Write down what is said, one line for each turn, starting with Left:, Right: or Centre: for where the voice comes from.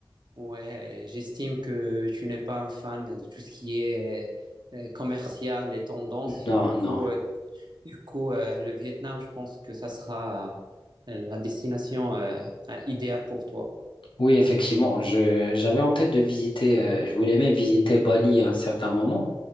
Right: Ouais, j'estime que tu n'es pas un fan de tout ce qui est euh, commercial et tendance.
Left: Non,
Right: Du coup,
Left: non.
Right: euh, du coup euh, le Vietnam, je pense que ça sera euh, la destination euh, euh, idéale pour toi.
Left: Oui, effectivement, je, j'avais en tête de visiter, euh, je voulais même visiter Bali à un certain moment,